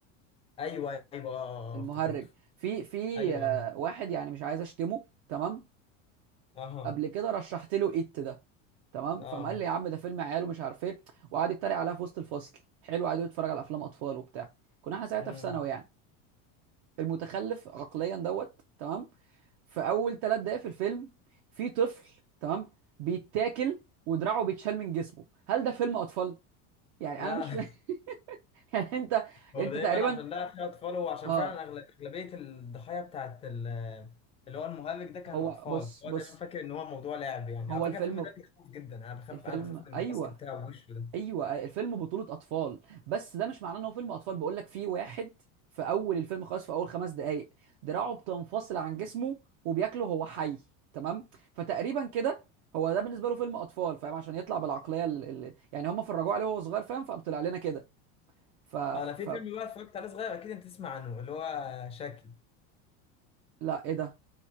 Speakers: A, on the left; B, on the right.
A: ايوه ايوه اه آه،
B: المهرج
A: آه، افتكرته
B: في في
A: ايوه
B: آه،
A: ايوه
B: واحد يعني مش عايز اشتمه تمام
A: اه
B: قبل كده رشحت له ايت ده تمام
A: اه
B: فقام قال لي يا عم ده فيلم عيال ومش عارف ايه وقعد يتريق عليها في وسط الفصل حلو قعد يتفرج على افلام اطفال وبتاع كنا احنا ساعتها
A: امم
B: في ثانوي يعني المتخلف عقليا دوت تمام في اول ثلاث دقايق في الفيلم في طفل تمام بيتاكل ودراعه بيتشال من جسمه هل ده فيلم اطفال يعني
A: لا
B: انا مش فاهم
A: <laughs>
B: <laughs> يعني انت
A: هو
B: انت
A: دايما
B: تقريبا
A: عشان لا فيها اطفال وعشان
B: اه
A: فعلا أغل- اغلبيه الضحايا بتاعت ال- اللي هو المهلك ده كان
B: هو
A: اطفال
B: بص
A: هو
B: بص
A: دايما فاكر ان هو موضوع لعب يعني
B: هو
A: على فكره
B: الفيلم
A: الفيلم ده بيخوف جدا انا بخاف
B: الفيلم
A: انا بخاف من الماسك
B: ايوه
A: بتاعه وشه ده
B: ايوه آه، الفيلم بطولة اطفال بس ده مش معناه ان هو فيلم اطفال بقول لك في واحد في اول الفيلم خالص في اول خمس دقائق دراعه بتنفصل عن جسمه وبياكله هو حي تمام فتقريبا كده هو ده بالنسبه له فيلم اطفال فاهم عشان يطلع بالعقليه ال... ال... يعني هم فرجوه عليه وهو صغير فاهم فقام طلع لنا كده ف...
A: آه، انا في
B: ف
A: فيلم بقى اتفرجت عليه صغير اكيد انت تسمع عنه اللي هو شاكي
B: لا ايه ده